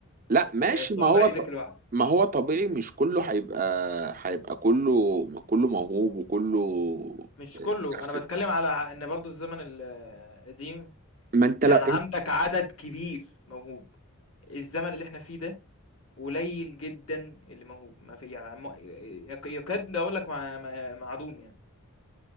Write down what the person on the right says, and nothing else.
لا ماشي
ما هو
ط...
ما هو طبيعي مش كله هيبقى هيبقى كله كله موهوب وكله
بيرفكت
ما انت
لو